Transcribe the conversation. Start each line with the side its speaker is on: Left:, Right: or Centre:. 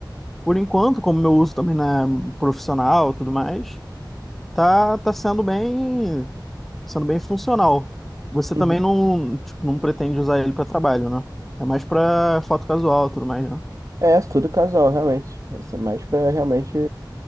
Centre: Por enquanto, como meu uso também não é profissional e tudo mais, tá, tá sendo bem. sendo bem funcional. Você
Right: Uhum.
Centre: também não, tipo, não pretende usar ele para trabalho, né? É mais para foto casual, e tudo mais, né?
Right: É, é tudo casual, realmente. Isso é mais pra realmente.